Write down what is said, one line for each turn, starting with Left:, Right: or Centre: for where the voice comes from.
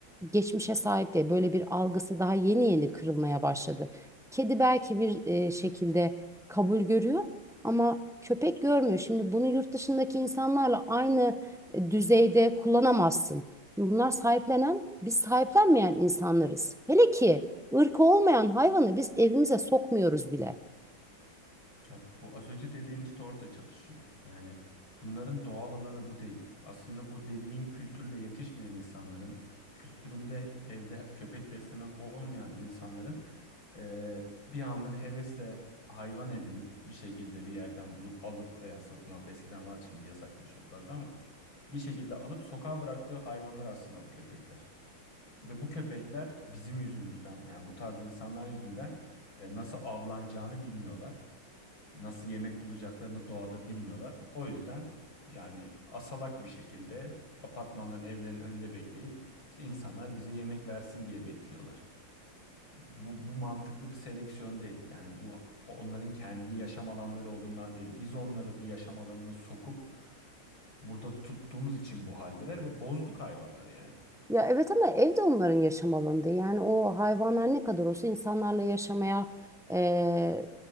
Centre: geçmişe sahip diye böyle bir algısı daha yeni yeni kırılmaya başladı. Kedi belki bir e, şekilde kabul görüyor ama köpek görmüyor. Şimdi bunu yurt dışındaki insanlarla aynı e, düzeyde kullanamazsın. Bunlar sahiplenen, biz sahiplenmeyen insanlarız. Hele ki ırkı olmayan hayvanı biz evimize sokmuyoruz bile.
Left: Ya bu az önce dediğin işte orada çatışıyor. Yani bunların doğal alanı bu değil. Aslında bu dediğin kültürle yetişmeyen insanların, kültüründe evde köpek beslemek olmayan insanların eee, bir anlık hevesle hayvan edinip bir şekilde bir yerden bulup alıp veya satın alıp eskiden vardı şimdi yasak pet shoplarda ama bir şekilde alıp sokağa bıraktığı hayvanlar aslında bu köpekler. Ve bu köpekler bizim yüzümüzden yani bu tarz insanlar yüzünden e, nasıl avlanacağını bilmiyorlar. Nasıl yemek bulacaklarını doğada bilmiyorlar. O yüzden yani asalak bir şekilde apartmanların evlerinin önünde bekleyip işte insanlar bize yemek versin diye bekliyorlar. Bu, bu mantıklı bir seleksiyon değil. Yani bu onların kendi yaşam alanları olduğundan değil. Biz onları bu yaşam alanına sokup burada tuttuğumuz için bu haldeler ve bozduk hayvanları yani.
Centre: Ya evet ama ev de onların yaşam alanı değil. Yani o hayvanlar ne kadar olsa insanlarla yaşamaya eee,